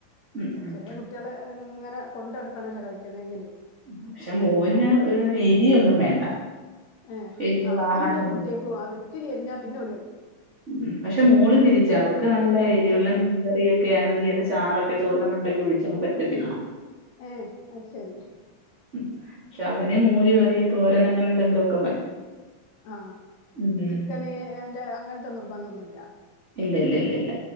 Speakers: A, on the right; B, on the left.
A: ഉം
B: ചെറിയ കുട്ടികളെ ഇങ്ങനെ കൊണ്ടടുക്കണല്ലോ കഴിക്കണെങ്കിൽ
A: പക്ഷെ മോന് എരിയൊന്നും വേണ്ട
B: ഏഹ്
A: എരിവുള്ള
B: ആഹ് അത്
A: ആഹാരൊന്നും
B: പിന്നെ ഒരു കുട്ടിയെ പോ ഒത്തി ചരിഞ്ഞാ പിന്നെ ഓല് കഴി
A: ഉം പക്ഷെ മോള് തിരിച്ച അവക്ക് നല്ല ഏരിവുള്ള
B: ഏ
A: മീൻ ചെറിയൊക്കെ ആണങ്കി അതൊകെചോറൊക്കെ ചോറിന്റെമണ്ടക്ക ഒഴിച്ച്ങ് പെരട്ടിത്തിന്നണം
B: ഏ അയ് ശരി
A: ഉം, പക്ഷെ അവനെ മോര് കറി, തോരൻ അങ്ങനെ എന്തെങ്കിലു ഒക്കെ മതി
B: ആഹ്
A: ഉം
B: ചിക്കന് എന്റെ അങ്ങനത്തെ നിർബന്ധംന്നുംല്ല
A: ഇല്ല ല്ല ല്ല ഇല്ല